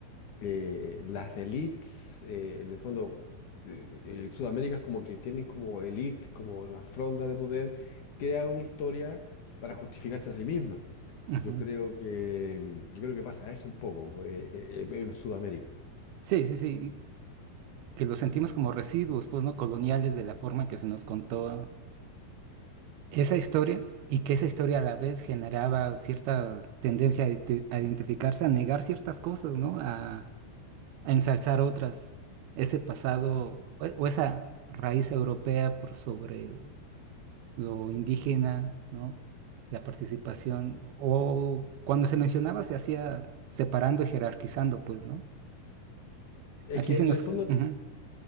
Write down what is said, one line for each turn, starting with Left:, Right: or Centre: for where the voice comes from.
Left: eh, las elites, eh, en el fondo, eh, eh, Sudamérica es como que tienen como elite, como la fronda de poder, crea una historia para justificarse a sí misma.
Right: ujú.
Left: Yo creo que, mm, yo creo que pasa eso un poco eh, eh, eh, en Sudamérica.
Right: Sí, sí, sí, que lo sentimos como residuos, pues, ¿no? Coloniales de la forma que se nos contó esa historia y que esa historia a la vez generaba cierta tendencia a, ide- a identificarse, a negar ciertas cosas, ¿no? A, a ensalzar otras. Ese pasado o, o esa raíz europea por sobre el- lo indígena, ¿no? La participación. O cuando se mencionaba se hacía separando y jerarquizando, pues, ¿no?
Left: Es
Right: Aquí
Left: que
Right: se
Left: en
Right: nos...
Left: el fondo,
Right: ujú.